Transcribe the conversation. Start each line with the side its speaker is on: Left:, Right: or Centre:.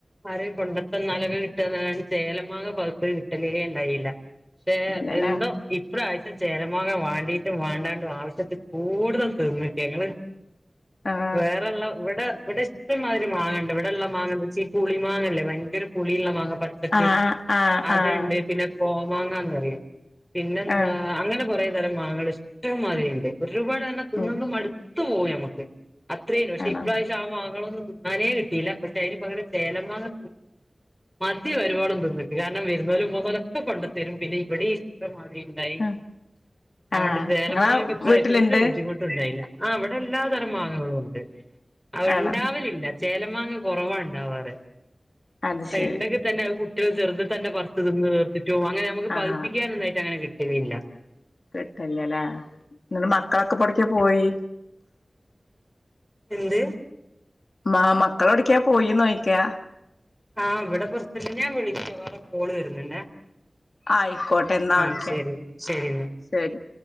Centre: ആരെങ്കിലും കൊണ്ട് തന്നാൽ ഒക്കെ കിട്ടന്നല്ലാണ്ട് ചേലമാങ്ങ പഴുത്തത് കിട്ടലേ ഉണ്ടായില്ല പക്ഷേ
Left: ഇല്ലല്ലേ
Centre: എന്തോ ഇപ്രാവശ്യം ചേലമാങ്ങ വാണ്ടീട്ടും വാണ്ടാണ്ടും ആവശ്യത്തിൽ കൂടുതൽ തിന്നിക്ക ങ്ങള്
Left: ആഹ്
Centre: വേറെള്ള ഇവിടെ ഇവിടെ ഇഷ്ടമാതിരി മാങ്ങണ്ട് ഇവിടെള്ള മാങ്ങ എന്ന് വെച്ചാഈ പുളി മാങ്ങല്ലേ ഭയങ്കര പുളിയുള്ള മാങ്ങ പച്ചക്ക്
Left: ആഹ് ആഹ്
Centre: അത്ണ്ട്
Left: ആഹ്
Centre: പിന്നെ കോമാങ്ങാന്ന് പറയും എന്താ
Left: ആഹ്
Centre: അങ്ങനെ കൊറെ തരം മാങ്ങകൾ ഇഷ്ടം മാതിരിണ്ട് ഒരുപാട് പറഞ്ഞ തിന്ന്
Left: ഉം
Centre: തിന്ന് മടുത്തു പോവും നമുക്ക് അത്രേല്ല പക്ഷെ
Left: ആണോ
Centre: ഇപ്രാവശ്യം ആഹ് മാങ്ങളൊന്നും തിന്നാനേ കിട്ടിയില്ല പക്ഷെ അതിന് പകരം ചേല മാങ്ങ മതി വരുവോളം തിന്നിക്ക് കാരണം വരുന്നോലും പോണോലും ഒക്കെ കൊണ്ടു തരും പിന്നെ ഇവിടെഈ ഇഷ്ടം മാതിരി ണ്ടായി
Left: ആഹ്
Centre: അതോണ്ട്
Left: ആഹ്
Centre: ചേലമാങ്ങക്ക്
Left: ഇങ്ങളെ
Centre: ഇപ്രാവശ്യം
Left: വീട്ടില്ണ്ട്
Centre: ഒരു ബുദ്ധിമുട്ടുണ്ടായില്ല ആഹ് ഇവിടെ എല്ലാ തരം മാങ്ങ കളുണ്ട് അത്‌ ഉണ്ടാവലില്ല
Left: ആണോ
Centre: ചേലമാങ്ങ കൊറവാ ഉണ്ടാവാറ്
Left: അത് ശരി
Centre: ണ്ടെങ്കിൽ തന്നെ കുട്ടികൾ ചെറുത് തന്നെ പറിച് നിന്ന് തീർത്തിട്ടും അങ്ങനെ നമുക്ക് പഹ്
Left: ആഹ്
Centre: പഴുപ്പിക്കാനായ്ട്ട് അങ്ങനെ കിട്ടലില്ല
Left: കിട്ടല്ലേല്ലേ എന്നിട്ട് മക്കളൊക്കെ പ്പോ എടുക്കെ പോയി
Centre: എന്ത്
Left: മ് മക്കളൊക്കെ എവടക്കെ പോയിന്ന് ചോയ്ക്ക
Centre: ആഹ് ഇവിടെ പുറത്ണ്ട് ഞാൻ വിളിക്ക വേറെ കോള് വരുന്നുണ്ടേ
Left: ആഹ് ആയിക്കോട്ടെ ന്ന
Centre: ആഹ്
Left: ഓക്കേ
Centre: ശരി ശരി എന്നാ
Left: ശെരി